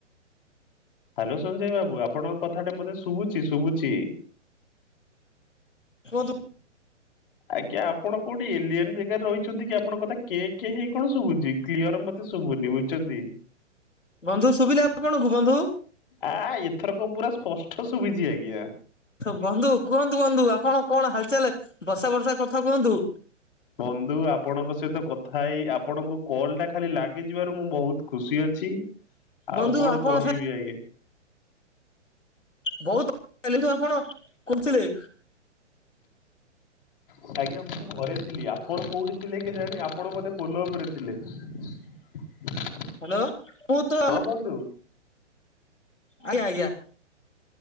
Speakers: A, on the left (about 45°); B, on the left (about 80°).
A: ହ୍ୟାଲୋ ସଞ୍ଜୟ ବାବୁ ଆପଣଙ୍କ କଥା ଟା ମତେ ଶୁଭୁଛି ଶୁଭୁଛି।
B: କୁହନ୍ତୁ।
A: ଆଜ୍ଞା ଆପଣ କୋଉଠି ଏଲିଅନ ଜାଗାରେ ରହିଛନ୍ତି କି ଆପଣଙ୍କ କଥା କେ କେ ହେଇ କଣ ଶୁଭୁଛି କ୍ଲିୟର ମତେ ତେ ଶୁଭୁନି ବୁଝୁଛନ୍ତି?
B: ବନ୍ଧୁ ସୁବିଲା ଆପଣଙ୍କୁ ବନ୍ଧୁ?
A: ଆ ଏଥରକ ପୁରା ସ୍ପଷ୍ଟ ଶୁଭିଛି ଆଜ୍ଞା।
B: ବନ୍ଧୁ କୁହନ୍ତୁ ବନ୍ଧୁ ଆପଣ କଣ ହାଲଚାଲ ବର୍ଷା ବର୍ଷା କଥା କୁହନ୍ତୁ?
A: ବନ୍ଧୁ ଆପଣଙ୍କ ସହିତ କଥା ହେଇ ଆପଣଙ୍କୁ କଲ୍ ଟା ଖାଲି ଲାଗିଯିବାରୁ ମୁଁ ବହୁତ ଖୁସି ଅଛି। ଆଉ
B: ବନ୍ଧୁ
A: କଣ
B: ଆପଣ
A: କହିବି
B: ସାଙ୍ଗେ
A: ଆଜ୍ଞା?
B: ବହୁତ କାଲିଠୁ ଆପଣ କରୁଥିଲେ।
A: ହ <inaudible> ଆଜ୍ଞା ମୁଁ ଘରେ ଥିଲି। ଆପଣ କୋଉଠି ଥିଲେ କି ଜାଣି ଆପଣ ବୋଧେ ପୋଲ ଉପରେ ଥିଲେ। <unintelligible>
B: ହ୍ୟାଲୋ ମୁ ତ ହେଲେ
A: କୁହନ୍ତୁ।
B: ଆଜ୍ଞା ଆଜ୍ଞା।